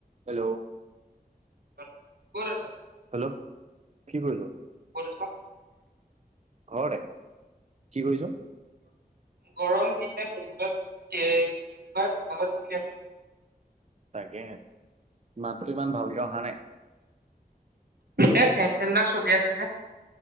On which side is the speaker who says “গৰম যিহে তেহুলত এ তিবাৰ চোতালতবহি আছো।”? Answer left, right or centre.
Right